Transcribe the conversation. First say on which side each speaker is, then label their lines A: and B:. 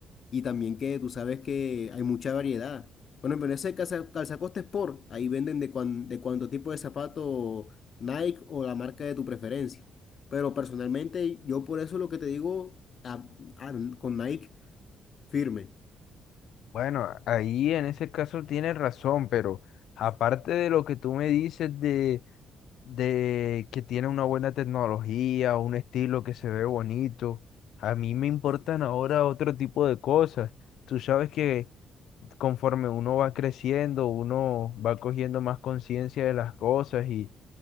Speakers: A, on the left (about 50°); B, on the left (about 75°).
A: Y también que tú sabes que hay mucha variedad. Bueno, pero ese calza, calzacoste Sport, ahí venden de, cuan- de cuánto tipo de zapato Nike o la marca de tu preferencia. Pero personalmente yo por eso lo que te digo a- a- con Nike firme.
B: bueno, ahí en ese caso tienes razón, pero aparte de lo que tú me dices de, de que tiene una buena tecnología, un estilo que se ve bonito, a mí me importan ahora otro tipo de cosas. Tú sabes que conforme uno va creciendo, uno va cogiendo más conciencia de las cosas y